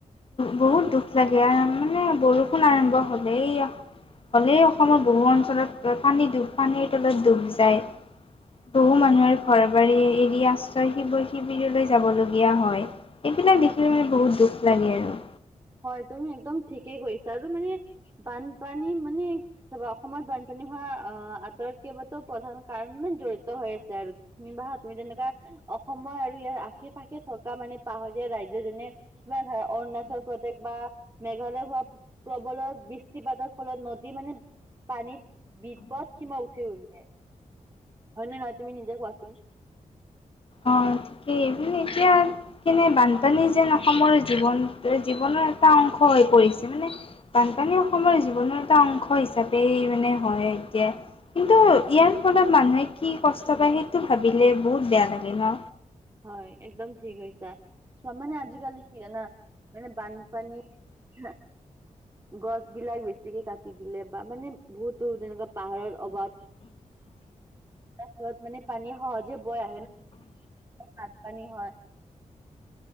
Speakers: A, on the left (about 45°); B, on the right (about 25°).
A: বহুত দুখ লাগে আৰু মানে বৰষুণ আৰম্ভ হলে এই হ'লেই অসমৰ বহু অঞ্চলত পানী ডুব পানীৰ তলত ডুব যায়। বহু মানুহৰ ঘৰ বাৰী এৰি আশ্ৰয় শিৱয় শিবিৰলৈ যাব লগীয়া হয়। এইবিলাক দেখিলে মানে বহুত দুখ লাগে আৰু
B: হয়, তুমি একদম ঠিকেই কৰিছা আৰু বান বানপানী মানে অসমত বানপানী হোৱা আঁতৰত কেইবাটাও প্ৰধান কাৰণ জৰিত জৰিত হৈ আছে আৰু নিবাহত তুমি যেনেকুৱা অসমৰ আৰু ইয়াৰ আশে পাশে থকা মানে পাহাৰীয়া ৰাজ্য যেনে তোমাৰ ধৰা অৰুণাচল প্ৰদেশ বা মেঘালয় হোৱা প্ৰবলত বৃষ্টিপাতৰ ফলত নদী মানে পানীত বিপদ সীমা উঠি গৈছে। হয় ন নহয় তুমি নিজে কোৱাচোন?
A: অ' ঠিকেই তুমি এতিয়া কেনে বানপানী যেন অসমৰ জীৱন জীৱনৰ এটা অংশ হৈ পৰিছে মানে বানপানী অসমৰ জীৱনৰ এটা অংশ হিচাপেই মানে হয় এতিয়া কিন্তু ইয়াৰ ফলত মানুহে কি কষ্ট পায় সেইটো ভাবিলে বহুত বেয়া লাগে ন।
B: হয় একদম ঠিক কৈছা চাহ মানে আজিকালি কি বানপানী বা। গছ বিলাক বেছিকে কাটি দিলে বা মানে বহুতো তেনেকুৱা পাহাৰৰ অভাৱ। তাত মানে পানীয়ে সহজে বয় আহে ন। বানপানী হয়।